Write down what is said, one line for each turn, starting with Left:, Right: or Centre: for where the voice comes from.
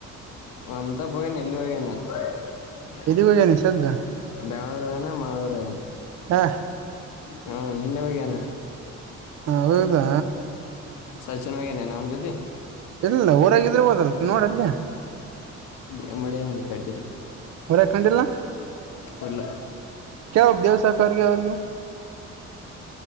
Left: ಆ ೋಗ ನೆಲ್ಲ ನ್ <unintelligible>
Right: ಎಲ್ಲಿಗ್ ಹೋಗ್ಯಾನ ಈ ಸದ್ದ
Left: ನಳೂರು ವನ ಮಳೂರುಾನ
Right: ಹಾ
Left: ಹ ನಿನ್ನೆ ಬಗಣ
Right: ಹ ಹೌದಾ
Left: ಸಚಿನ್ ಹೋಗೇನೆ ನಮ್ ಜತೆ
Right: ಇಲ್ಲ ಊರಾಗಿದ್ರೆ ಹೋದಲ್ಕ ನೋಡಲ್ಲಿ
Left: ನಮ್ಮಡ ಹಾಲೆಕ್ಕಾಟ್ಟಲ್
Right: ಊರಾಗ ಕಂಡಿಲ್ಲ
Left: ಇಡ್ಲ್ಲ
Right: ಕೇಳ್ಬೇಕ್ ದೇವ್ ಸಾಕವ್ರಿಗೆ ಅವ್ರಿಗೆ